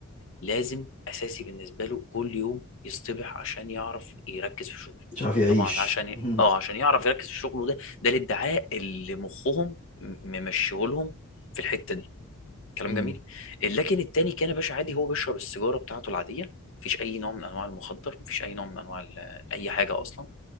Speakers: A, on the left; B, on the left.
A: لازم اساسي بالنسبه له كل يوم يصطبح عشان يعرف يركز في شغله
B: مش عارف يعيش
A: طبعا عشان ي...
B: <laughs>
A: اه عشان يعرف يركز في شغله ده ده الادعاء اللي مخهم م- ممشيهولهم في الحته دي كلام
B: مم.
A: جميل لكن التاني كان يا باشا عادي هو بيشرب السيجاره بتاعته العاديه مفيش اي نوع من انواع المخدر مفيش اي نوع من انواع ال- اي حاجه اصلا